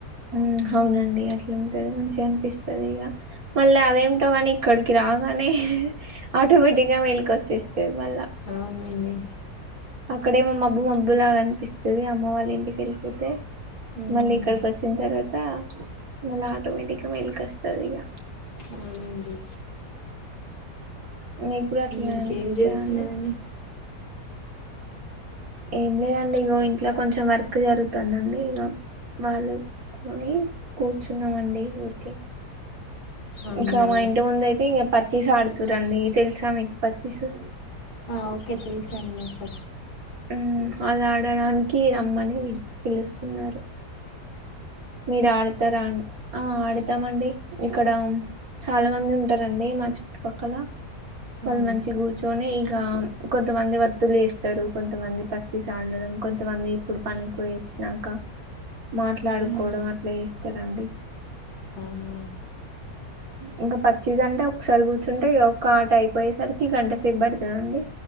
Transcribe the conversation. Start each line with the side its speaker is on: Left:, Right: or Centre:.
Right: ఉ అవునండి అట్లాంటది మంచిగా అనిపిస్తుంది ఇక మళ్ళీ అదేమింటో కాని అక్కడికి రాగానే ఆటోమేటిక్ గా మేలికి వచ్చేస్తంది త మల
Left: అవునండి
Right: అక్కడే మా మబ్బు మబ్బు లాగా అనిపిస్తది, అమ్మ వాళ్ళ ఇంటికి వెళ్ళిపోతే
Left: ఉమ్.
Right: మళ్ళీ ఇక్కడకి వచ్చిన తర్వాత మళ ఆటోమేటిక్గా మెల్కస్తది ఇక
Left: అవునండి
Right: అ మీకు కూడా అట్లానే
Left: ఇంకేం
Right: అనిపిస్తంద
Left: చేస్తున్నారండి
Right: అండి ఏం లేదండి ఇగో ఇంట్లో కొంచెం వర్క్ జరుగుతుందండి ఇక వాళ్ళతో కూర్చున్నామండి ఊరికే
Left: అవునా
Right: ఇంకా మా ఇంటి ముందు అయితే ఇంకా పత్ పచ్చిసి ఆడుతూ రండి తెలుసా మీకు పచ్చిసు
Left: ఆ ఓకే తెలుసాండి మీకు ప
Right: ఆ అది ఆడడానికి రమ్మని పిలుస్తున్నారు మీరు ఆడతారా అ ఆ ఆడ తామండి ఇక్కడ చాలా మంది ఉంటారండి మా చుట్టుపక్కల వాళ్
Left: అవును
Right: మంచిగ గూచ్చోనీ ఈ ఇంకా కొంతమంది వత్తులు చేస్తారు కొంతమంది పచ్చీసాడడం కొంతమంది ఇప్పుడు పనికి వచ్చినాక మాట్లాడు
Left: ఉమ్
Right: కోడం అట్లా చేస్తారండి
Left: అవును
Right: ఇంకా పచ్చీస్ అంటే ఒకసారి కూర్చుంటే ఒక్క ఆట అయిపోయేసరికి గంట సేపు బడతదండి